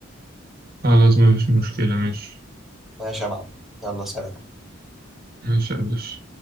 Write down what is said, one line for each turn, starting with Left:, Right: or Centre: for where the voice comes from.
Right: خلاص مفيش مشكلة ماشي
Centre: ماشي يا معلم يلا سلام
Right: ماشي يا باشا